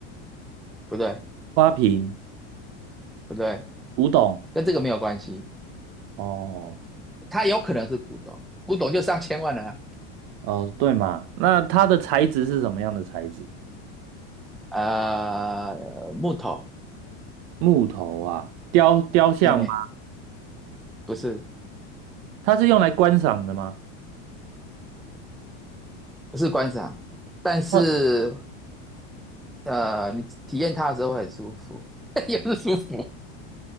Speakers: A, in the centre; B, on the right.
A: 不对，
B: 花瓶、
A: 不对，
B: 古董。
A: 跟这个没有关系，
B: 哦
A: 它有可能是古董，古董就上千万了
B: 哦，对嘛，那它的材质是什么样的材质？
A: 啊呃，木头，
B: 木头啊，雕雕像吗？
A: 哎，不是，
B: 它是用来观赏的吗？
A: 不是观赏，但是
B: 它
A: 呃，你体验它的时候会很舒服，<laughs> 也是舒服，